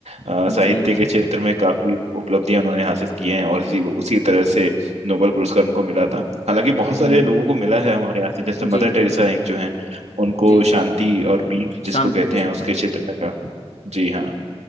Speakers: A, on the right (about 80°); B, on the left (about 70°).
A: अ, साहित्य
B: जी जी
A: के क्षेत्र में काफी उपलब्धियां उन्होंने हासिल की हैं और इसी उसी तरह से नोबेल पुरस्कार उनको मिला था हालांकि बहुत
B: हम्म
A: सारे लोगों को मिला है हमारे यहाँ से जैसे मदर
B: जी जी
A: टेरेसा
B: बिल्कुल
A: एक जो है उनको
B: जी
A: शांति और पीस
B: शांति
A: जिसको कहते
B: के क्षेत्र
A: हैं उसके
B: में
A: क्षेत्र में का जी हाँ